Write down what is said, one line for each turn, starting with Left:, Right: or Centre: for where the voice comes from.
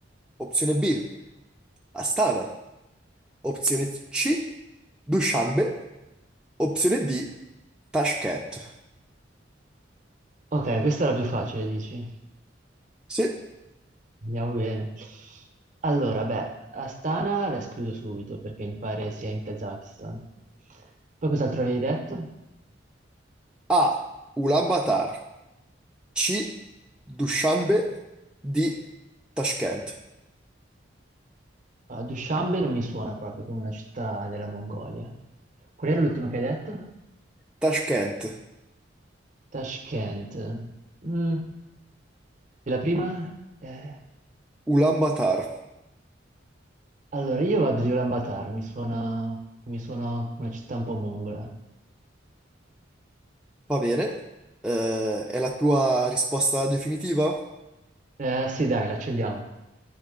Centre: Opzione B, Astana. Opzione C, Dushanbe. Opzione D, Tashkent.
Right: Ok, questa è la più facile, dici?
Centre: Sì.
Right: Andiamo bene. Allora, beh, Astana la escludo subito perché mi pare sia in Kazakistan. Poi cos'altro avevi detto?
Centre: A, Ulaanbaatar. C, Dushanbe. D, Tashkent.
Right: Ah, Dushanbe non mi suona proprio come una città della Mongolia. Qual era l'ultima che hai detto?
Centre: Tashkent,
Right: Tashkent. Mm, E la prima? Eh,
Centre: Ulaanbaatar.
Right: allora, io vado di Ulaanbaatar, mi suona, mi suona una città un po' mongola.
Centre: Va bene. Eh, è la tua risposta definitiva?
Right: Eh, sì, dai, l'accendiamo.